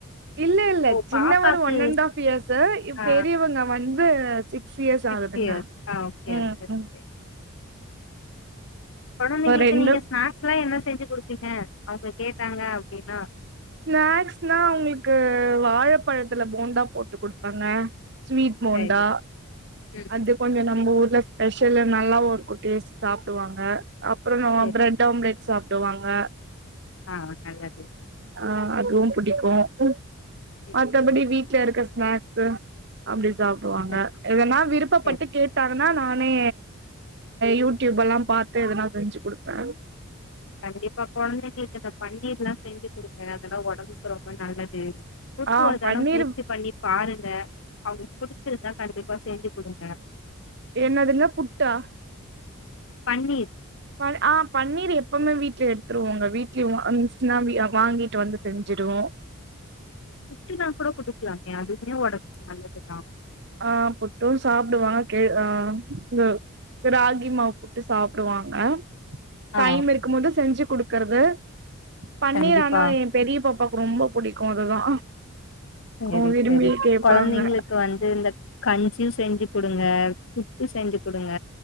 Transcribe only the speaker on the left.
ஓ
பாப்பாக்கு
ஆ
சிக்ஸ்
இயர்ஸ் ஆ ஓகே
ஓகே
ஓகே கொழந்தைங்களுக்கு
நீங்க ஸ்நாக்ஸ்க்ல்லா என்ன செஞ்சு குடுப்பீங்க அவுங்க கேட்டாங்க அப்டின்னா
சரி ம்
சரி
ஆ நல்லது
ம்
சரி
சரி
கண்டிப்பா கொழந்தைங்களுக்கு இந்த பன்னீர்லா செஞ்சு குடுங்க அதெல்லா ஒடம்புக்கு ரொம்ப நல்லத் குட்து
ஒரு தடோ
முயற்சி பண்ணி பாரு ங்க அவங்களுக்கு புடிச்சிருந்தா கண்டிப்பா செஞ்சு குடுங்க
பன்னீர்
புட்டு நா கூட குடுக்கலாமே அதுமே ஒட நல்லதுதா
ஆ
கண்டிப்பா
சரி
சரி
குழந்தைங்களுக்கு வந்து இந்த கஞ்சியு செஞ்சு கொடுங்க புப்பு செஞ்சு குடுங்க